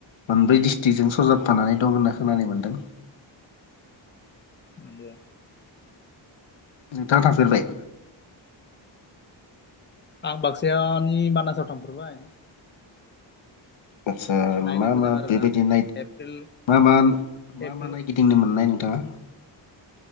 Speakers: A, on the left; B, on the left.
A: मोनब्रै डिस्ट्रिक्जों सरजाबफानानै दं होनना खोनानो मोनदों। <inaudible>
B: <unintelligible>
A: नोंथाङा थांफेरबाय?
B: आं बाक्सायानि मानासाव थांफेरबाय।
A: आचसा
B: नायनो
A: मा
B: मोजां
A: मा
B: आरोना
A: बेबायदि नाय
B: एप्रिल
A: मा मा, मा
B: एप्रिल
A: मा नायगिदिंनो मोननाय नोंथाङा?